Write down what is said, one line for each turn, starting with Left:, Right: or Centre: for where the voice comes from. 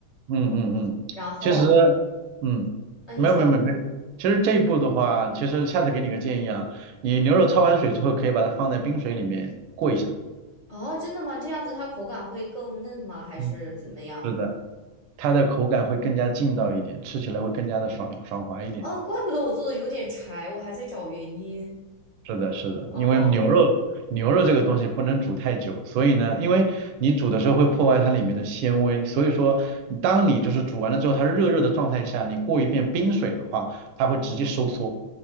Right: 嗯嗯嗯，
Left: 然后，
Right: 其实，嗯，
Left: 啊你说
Right: 没有没有没有没有，其实这一步的话，其实下次给你个建议啊，你牛肉焯完水之后，可以把它放在冰水里面过一下，
Left: 哦真的吗？这样子它口感会更嫩吗？还是怎么样？
Right: 嗯，是的，它的口感会更加劲道一点，吃起来会更加的爽爽滑一点。
Left: 哦，怪不得我做的有点柴，我还在找原因。
Right: 是的，是的，
Left: 哦
Right: 因为牛肉牛肉这个东西不能煮太久，所以呢，因为你煮的时候会破坏它里面的纤维，所以说当你就是煮完了之后，它热热的状态下，你过一遍冰水的话，它会直接收缩。